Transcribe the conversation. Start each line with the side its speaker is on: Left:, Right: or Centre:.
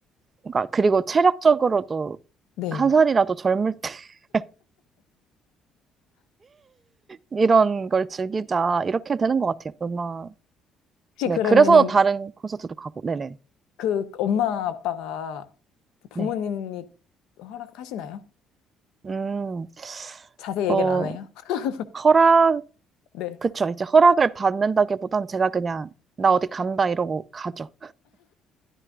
Right: 그러니까 그리고 체력적으로도
Left: 네.
Right: 한 살이라도 젊을 때 <laughs> 이런 걸 즐기자 이렇게 되는 것 같아요. 음악.
Left: 혹시
Right: 네.
Left: 그러면은
Right: 그래서 다른 콘서트도 가고. 네네.
Left: 그 엄마 아빠가 부모님이
Right: 네.
Left: 허락하시나요?
Right: 음,
Left: 자세히
Right: 뭐
Left: 얘기는 안 해요? <laughs>
Right: 허락
Left: 네.
Right: 그쵸. 이제 허락을 받는다기보단 제가 그냥 나 어디 간다 이러고 가죠.